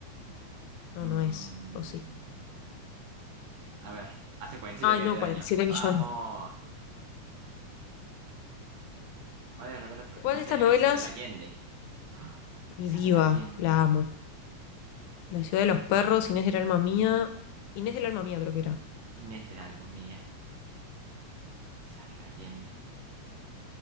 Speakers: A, on the left; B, on the right.
A: No,
B: Mm,
A: no es, o sí.
B: a ver, hace 47
A: Ay,
B: millones
A: no,
B: de
A: cuarenta
B: años.
A: y siete
B: Vamos.
A: millones.
B: ¿Cuál de las novelas pertenece
A: ¿Cuál de estas
B: a
A: novelas?
B: Isabel Allende? ¡Ah!
A: Mi
B: Isabel
A: diva,
B: Allende.
A: la amo. La ciudad de los perros, Inés del alma mía. Inés del alma mía creo que era.
B: Inés del alma mía. Isabel Allende.